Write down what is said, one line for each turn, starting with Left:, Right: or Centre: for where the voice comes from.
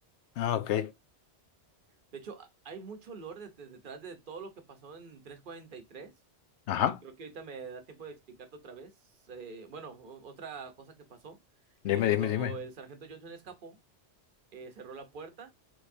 Left: Ah, ok.
Right: De hecho, a- hay mucho lore det- detrás de todo lo que pasó en 343.
Left: Ajá.
Right: Eh, creo que ahorita me da tiempo de explicarte otra vez. Eh, bueno, o- otra cosa que pasó. Eh,
Left: Dime,
Right: cuando
Left: dime, dime.
Right: el sargento Johnson escapó, eh, cerró la puerta